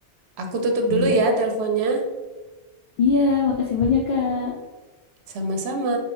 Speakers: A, on the right; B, on the left.
A: Aku tutup
B: Iya.
A: dulu ya teleponnya.
B: Iya, makasih banyak Kak.
A: Sama-sama.